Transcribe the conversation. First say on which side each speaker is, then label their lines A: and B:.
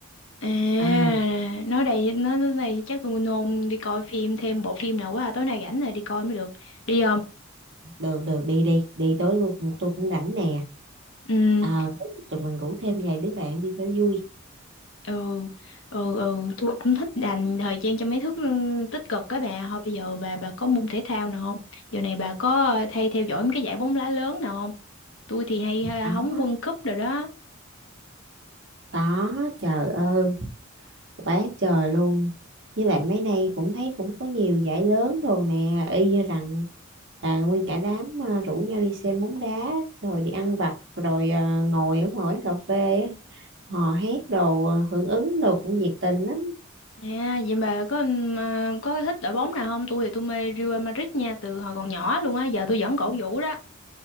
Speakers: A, on the left; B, on the right.
A: À,
B: Ờ,
A: nói đây nói tới đây chắc tôi nôn đi coi phim thêm bộ phim nào quá à. Tối nay rảnh rồi đi coi mới được. Đi không?
B: được được đi đi đi tối tôi, tôi cũng rảnh nè
A: Ừ.
B: Ờ, có gì tụi mình rủ thêm vài đứa bạn đi cho vui
A: ừ ừ ừ tôi cũng thích dành thời gian cho mấy thứ ừ, tích cực các bà thôi bây giờ bà bà có môn thể thao nào không giờ này bà có ờ, hay theo dõi mấy cái giải bóng đá lớn nào không tôi thì hay ha,
B: có
A: hóng World Cup rồi đó
B: có trời ơi quá trời luôn với lại mấy nay cũng thấy cũng có nhiều giải lớn đồ nè y như rằng là nguyên cả đám à, rủ nhau đi xem bóng đá rồi đi ăn vặt rồi à, ngồi ở ngoài quán cà phê á, hò hét đồ à, hưởng ứng đồ cũng nhiệt tình lắm
A: à vậy bà có ừm, à, có thích đội bóng nào không tôi thì tôi mê Real Madrid nha từ hồi còn nhỏ luôn á giờ tôi vẫn cổ vũ đó